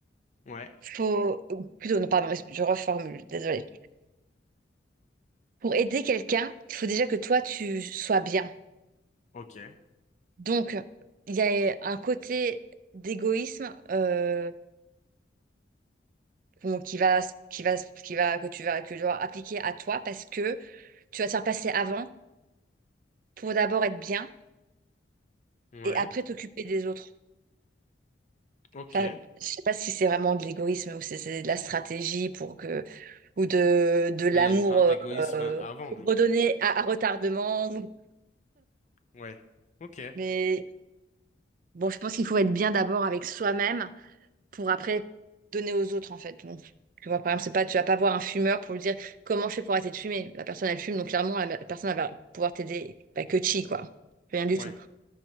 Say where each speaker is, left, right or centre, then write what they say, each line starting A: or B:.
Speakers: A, on the left; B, on the right.
A: Ouais,
B: faut, ou plutôt, non, pardon, je reformule, désolée. Pour aider quelqu'un, il faut déjà que toi, tu sois bien.
A: ok,
B: Donc, il y a un côté d'égoïsme euh, qu'on- qui va, qui va, qui va, que tu vas, que tu vas appliquer à toi parce que tu vas te faire passer avant pour d'abord être bien
A: ouais,
B: et après t'occuper des autres.
A: ok.
B: Enfin, je sais pas si c'est vraiment de l'égoïsme ou c'est c'est de la stratégie pour que, ou de, de l'amour
A: Mais il y a une part d'égoïsme
B: euh, euh,
A: avant, du
B: redonné
A: coup.
B: à, à retardement. <laughs>
A: Ouais, ok. Euh,
B: Mais bon, je pense qu'il faut être bien d'abord avec soi-même pour après donner aux autres en fait. Donc, tu vois, par exemple, c'est pas, tu vas pas voir un fumeur pour lui dire comment je fais pour arrêter de fumer. La personne, elle fume, donc clairement, la la personne, elle va pouvoir t'aider. Bah, que chi, quoi. Rien du
A: ouais,
B: tout.